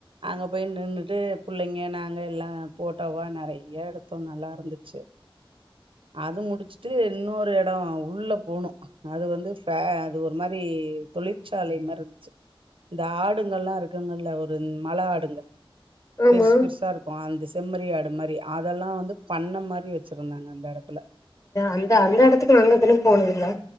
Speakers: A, on the right; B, on the left.
A: அங்க போயின்னுட்டு புள்ளைங்க நாங்க எல்லாம் போட்டவா நிறைய எடுத்தோம் நல்லா இருந்துச்சு அது முடிச்சுட்டு இன்னொரு எடம் உள்ள போணும் அது வந்து அது ஒரு மாதிரி தொழிற்சாலை மாதிரி இருந்துச்சு இந்த ஆடுங்கல்லாம் இருக்குங்கல்ல ஒரு மழ ஆடுங்க
B: ஆமா
A: பெருசு பெருசா இருக்கும் அந்த செம்மறி ஆடு மாதிரி அதெல்லாம் வந்து பண்ண மாதிரி வச்சிருந்தாங்க அந்த இடத்துல
B: அந்த அந்த இடத்துக்கு நாங்க எதுலும் போனதல்ல